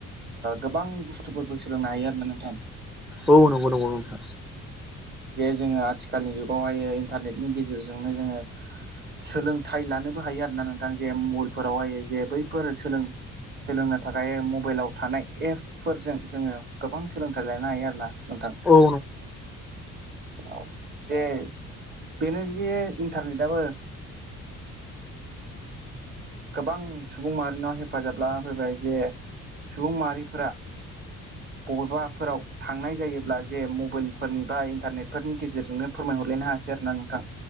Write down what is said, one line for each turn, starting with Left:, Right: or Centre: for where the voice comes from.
Right: गोबां बुस्थुफोरबो सोलोंनो हायो आरो ना नोंथां
Centre: औ नंगौ नंगौ नोंथां
Right: जे जोङो आथिखालनि जुगावहाय इन्टारनेटनि गेजेरजोंनो जोङो सोलोंथाइ लानोबो हायो आरो ना नोंथां जे मबाइलफोरावहाय जे बैफोर सों सोलोंनो थाखाय मबाइलाव थानाय एपफोरजों जोङो गोबां सोलोंथाइ लानो हायो आरो ना नोंथां
Centre: औ औ
Right: औ जे बेनो जे इन्टारनेटआबो गोबां सुबुं माहारिनाव हेफाजाब लाना फैबाय जे सुबुं माहारिफोरा बबेबाफोराव थांनाय जायोब्ला जे मबाइलफोरनि बा इन्टारनेटफोरनि गेजेरजोंनो फोरमायहरलायनो हासै आरो ना नोंथां